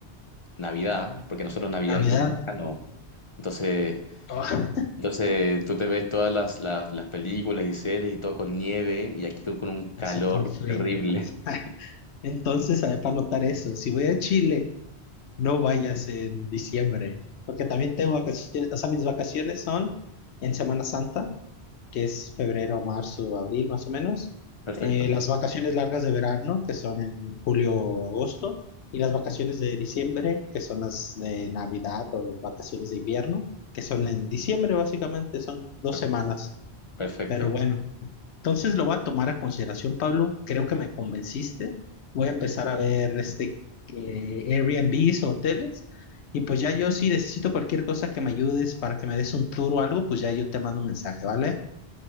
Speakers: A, on the left; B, on the left.
A: Navidad, porque nosotros Navidad
B: Navidad,
A: nos toca en verano. Entonces,
B: oh,
A: entonces tú te ves todas las, las, las películas y series y todo con nieve y aquí con, con un calor
B: así con frío.
A: terrible.
B: <laughs>
A: <laughs>
B: Entonces, eh, para notar eso, si voy a Chile no vayas en diciembre, porque también tengo vacaciones, o sea, mis vacaciones son en Semana Santa, que es febrero, marzo, abril, más o menos.
A: Perfecto,
B: Eh, las vacaciones largas de verano, que son en julio, agosto, y las vacaciones de diciembre, que son las de Navidad o vacaciones de invierno, que son en diciembre, básicamente, son dos
A: per-
B: semanas.
A: perfecto.
B: Pero bueno. Entonces lo voy a tomar a consideración, Pablo. Creo que me convenciste. Voy a empezar a ver este eh, Airbnbs o hoteles. Y pues ya yo si necesito cualquier cosa que me ayudes para que me des un tour o algo, pues ya yo te mando un mensaje, ¿vale?